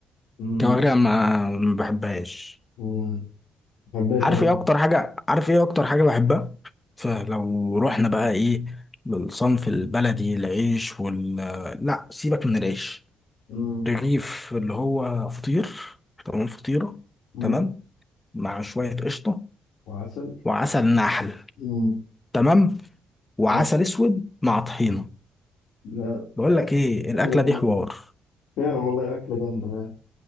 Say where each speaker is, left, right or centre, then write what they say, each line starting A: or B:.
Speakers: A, on the left; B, on the left.
A: أمم.
B: الكوارع ما ما بحبهاش
A: ما بحبهاش
B: عارف
A: انا
B: ايه اكتر حاجة عارف ايه اكتر حاجة بحبها فلو رحنا بقى ايه للصنف البلدي العيش وال لا سيبك من العيش
A: أمم.
B: رغيف اللي هو فطير تمام فطيرة
A: أمم.
B: تمام مع شوية قشطة
A: وعسل
B: وعسل نحل
A: أمم.
B: تمام وعسل
A: آه.
B: اسود مع طحينة
A: لا،
B: بقول لك ايه الاكلة
A: اكله جامده
B: دي حوار
A: فعلا والله اكله جامده فعلا